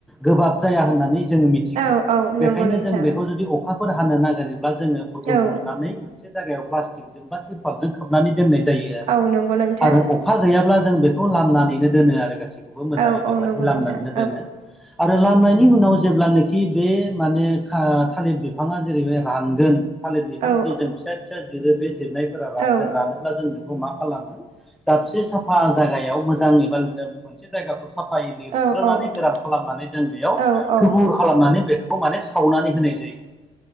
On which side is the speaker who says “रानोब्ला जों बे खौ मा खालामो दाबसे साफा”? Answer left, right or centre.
Centre